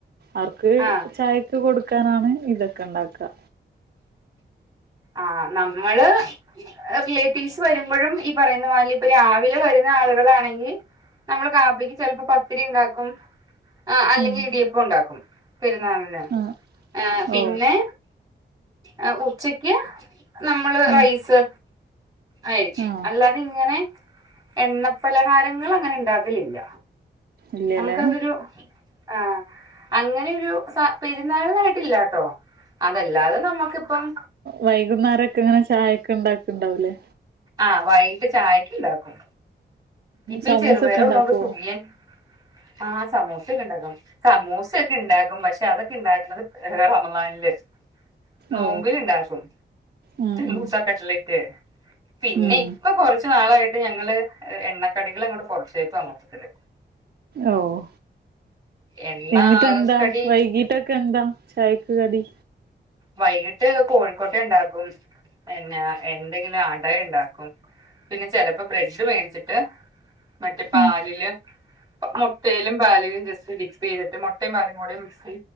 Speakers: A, on the right; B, on the right.
A: അവർക്ക്
B: ആഹ്
A: ചായക്ക് കൊടുക്കാനാണ് ഇതൊക്കെ ഉണ്ടാക്ക
B: ആഹ് നമ്മള് റിലേറ്റീവ്സ് വരുമ്പഴും ഈ പറയുന്നമാതിരി രാവിലെ വരുന്ന ആളുകളാണെങ്കി നമ്മള് കാപ്പിക്ക് ചെൽപ്പോ പത്തിരിണ്ടാക്കും. ആഹ് അല്ലെങ്കിൽ
A: ഉം
B: ഇടിയപ്പം ഉണ്ടാക്കും പെരുന്നാള്ന്.
A: ആ
B: ആ പിന്നെ
A: ഓ
B: ആഹ് ഉച്ചയ്ക്ക് നമ്മള്
A: ഉം
B: റൈസ് ആയ <unintelligible>
A: ആ
B: അല്ലാ ഇങ്ങനെ എണ്ണ പലഹാരങ്ങൾ അങ്ങനെ ഇണ്ടാക്കലില്ല
A: ഇല്ലല്ലേ
B: നമുക്കതൊരു ആഹ് അങ്ങനൊരു സ പെരുന്നാളിനായിട്ടില്ലാ ട്ടോ അതല്ലാതെ നമ്മുക്കിപ്പം
A: വൈകുന്നേരൊക്കെങ്ങനെ ചായക്ക് ഉണ്ടാക്ക്ണ്ടാവൂല്ലേ
B: ആഹ് വയ്കിട്ട് ചായയ്ക്ക് ണ്ടാക്കും ഇപ്പ
A: സമൂസൊക്കെ
B: ഈ ചെറുപയർ ഉള്ളോണ്ട്
A: ഉണ്ടാക്കുവോ
B: സുഖിയൻ. ആ സമോസൊക്കെണ്ടാക്കും സമൂസയൊക്കെ ഇണ്ടാക്കും. പക്ഷെ അതൊക്കെ ഇണ്ടാക്ക്ണത് ഏഹ് റമളാന് ല് നോമ്പിന്ണ്ടാക്കും
A: ഓ ഉം ഉം
B: മൂസ കട്ട്ലറ്റ്. പിന്നെ
A: ഉം
B: ഇപ്പൊ കൊർച്ച് നാളായി ട്ട് ഞങ്ങള് എ എണ്ണക്കടികളങ്ങോട്ട് കൊർച്ചേക്കാ മൊത്തത്തില്
A: ഓഹ്
B: എണ്ണ
A: എന്നിട്ട് എന്താ
B: കടി
A: വൈകിട്ട് ക്കെ ന്താ ചായക്ക് കടി
B: വൈകിട്ട് കോഴിക്കോട്ടെ ഇണ്ടാക്കും. പിന്നെ എന്തെങ്കിലും അട ഇണ്ടാക്കും പിന്നെ ചെലപ്പോ ബ്രെഡ് മേടിച്ചിട്ട് മറ്റേ പാലില്
A: ഉം
B: മുട്ടെലും പാലിലും ജസ്റ്റ് മിക്സ് ചെയ്തിട്ട് മോട്ടേമ് പാലും കൂടെ മിക്സി